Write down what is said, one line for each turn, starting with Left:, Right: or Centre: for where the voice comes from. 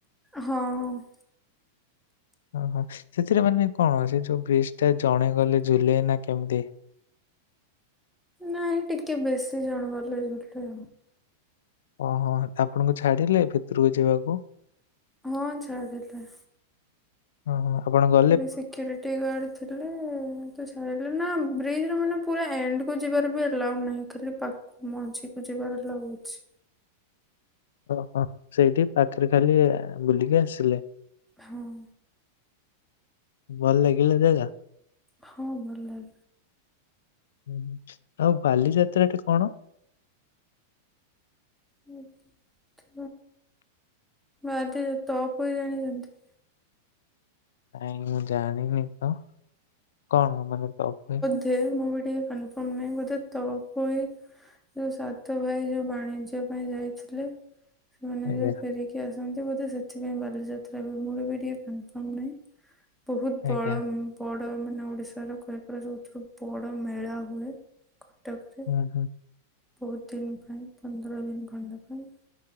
Centre: ହଁ
Left: ଓହୋ ସେଥିରେ ମାନେ କଣ, ସେ ଯୋଉ ବ୍ରିଜ ଟା ଜଣେ ଗଲେ ଝୁଲେ ନା କେମିତି?
Centre: ନାଇଁ ଟିକେ ବେଶୀ ଜଣ ଗଲେ ଝୁଲେ।
Left: ଓହୋ ଆପଣଙ୍କୁ ଛାଡିଲେ ଭିତରକୁ ଯିବାକୁ?
Centre: ହଁ ଛାଡ଼ିଲେ।
Left: ଓହଁ ଆପଣଙ୍କ
Centre: ସେଠି ସିକ୍ୟୋରିଟି ଗାର୍ଡ। ଥିଲେ ତ ଛାଡିଲେ ନା ବ୍ରିଜ ର ମାନେ ପୁରା ଏଣ୍ଡକୁୁ ଯିବାର ବି ଏଲାଉଡ ନାହିଁ। ଖାଲି ପା ମଝିକୁ ଯିବାର ଲାଉ ଅଛି।
Left: ଓହୋ ସେଇଠି ପାଖରେ ଖାଲି ବୁଲିକି ଆସିଲେ।
Centre: ହଁ।
Left: ଭଲ ଲାଗିଲା ଜାଗା।
Centre: ହଁ ଭଲ ଲାଗେ।
Left: ହୁଁ ଆଉ ବାଲିଯାତ୍ରା ଟେ କଣ?
Centre: ହଁ ତ ବାଲି ଯା ତପୋଇ ଜାଣିଚନ୍ତି?
Left: ନାଇଁ ମୁଁ ଜାଣିନି ତ କଣ ମାନେ ତଅପୋଇ?
Centre: ତେ ମୁଁ ବି ଟିକେ କନଫର୍ମ ନାହିଁ ବୋଧେ ତପୋଇ ଯୋଉ ସାତ ଭାଇ ଯୋଉ ବାଣିଜ୍ୟ ପାଇଁ ଯାଇଥିଲେ। ସେମାନେ
Left: ଆଜ୍ଞା
Centre: ଯୋଉ ଫେରି କି ଆସନ୍ତି ବୋଧେ ସେଥିପାଇଁ ବାଲିଯାତ୍ରା ହୁଏ ମୁଁ ବି ଟିକେ କନଫର୍ମ ନାହିଁ। ବହୁତ ବଳ
Left: ଆଜ୍ଞା
Centre: ବଡ ମାନେ ଓଡିଶାର କହି ଏରା ସବୁଥିରୁ ବଡ ମେଳା ହୁଏ। କଟକ
Left: ଉଁ ହୁଁ।
Centre: ବହୁତ ଦିନ ପାଇଁ ପନ୍ଦର ଦିନ ଖଣ୍ଡା ପାଇଁ।